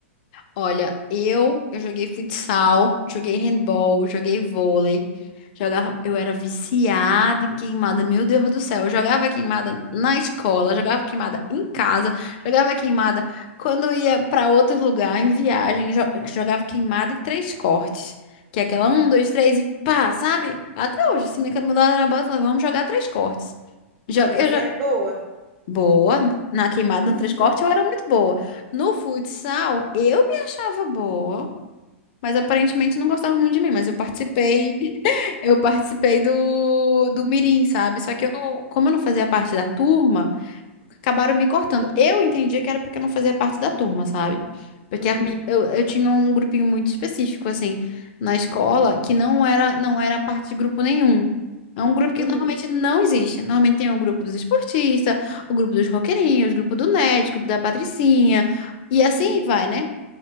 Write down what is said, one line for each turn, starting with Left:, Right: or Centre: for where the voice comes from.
Left: Olha, eu, eu joguei futsal, joguei handball, joguei vôlei, jogava, eu era viciada em queimada, meu Deus do céu, eu jogava queimada na escola, jogava queimada em casa, jogava queimada quando ia para outro lugar, em viagem, jo- jogava queimada em três cortes, que é aquela um, dois, três e pá, sabe? Até hoje, se me mandaram na bola, eu falava, vamos jogar três cortes. Jo-
Right: Mas
Left: Eu
Right: você
Left: já...
Right: era boa?
Left: Boa, na queimada
Right: <laughs>
Left: no três cortes eu era muito boa. No futsal, eu me achava boa. Mas aparentemente não gostavam muito de mim, mas eu participei, <laughs> eu participei do, do Mirim, sabe? Só que eu não, como eu não fazia parte da turma, acabaram me cortando. Eu entendia que era porque eu não fazia parte da turma, sabe? Porque
Right: Uhum,
Left: as mi- eu, eu tinha um grupinho muito específico, assim, na escola, que não era, não era parte de grupo nenhum. É um grupo que
Right: uhum,
Left: normalmente não existe. Normalmente tem o grupo dos esportistas, o grupo dos roqueirinhos, o grupo do nerd, o grupo da patricinha, e assim
Right: uhum.
Left: vai, né?